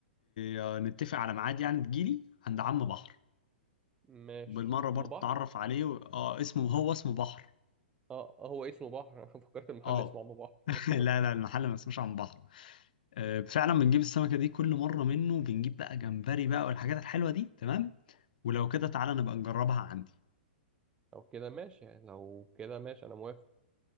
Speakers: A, on the left; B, on the right.
A: آه، نتفق على ميعاد يعني تجيلي عند عم بحر
B: ماشي
A: بالمره برضه
B: اما بحر
A: اتعرف عليه و... اه اسمه هو اسمه بحر
B: اه آه، هو اسمه بحر <laughs> انا فكرت المحل
A: اه
B: اسمه اما بحر
A: <laughs> لا لا المحل ما اسموش عن بحر آه فعلا بنجيب السمكه دي كل مره منه بنجيب بقى جمبري بقى والحاجات الحلوه دي تمام ولو كده تعالى نبقى نجربها عندي
B: لو كده ماشي يعني لو كده ماشي انا موافق